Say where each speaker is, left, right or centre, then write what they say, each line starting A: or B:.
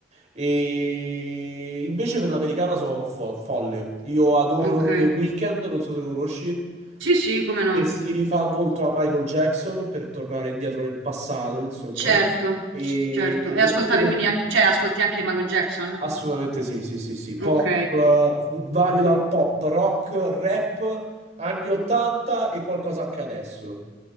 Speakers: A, on the right; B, on the right.
A: E invece per l'americana so fo- folle. Io adoro
B: ok.
A: The Weeknd, non so se lo conosci,
B: Sì, sì, come no.
A: che si rifà molto a Michael Jackson per tornare indietro nel passato, insomma.
B: Certo,
A: E,
B: certo. E
A: e
B: ascoltavi
A: tutti questi
B: quindi anche, cioè ascolti anche Michael Jackson?
A: Assolutamente sì, sì, sì, sì. Pop,
B: Ok,
A: eh, vario dal pop, rock, rap, anni 80 e qualcosa anche adesso.